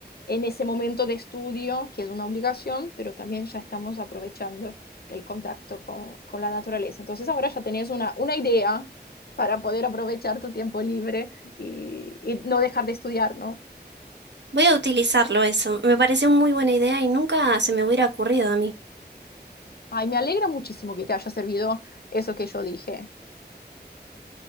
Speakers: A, on the left; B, on the right.
A: en ese momento de estudio, que es una obligación, pero también ya estamos aprovechando el contacto con, con la naturaleza. Entonces ahora ya tenés una, una idea para poder aprovechar tu tiempo libre y, y no dejar de estudiar, ¿no?
B: Voy a utilizarlo eso. Me pareció muy buena idea y nunca se me hubiera ocurrido a mí.
A: Ay, me alegra muchísimo que te haya servido eso que yo dije.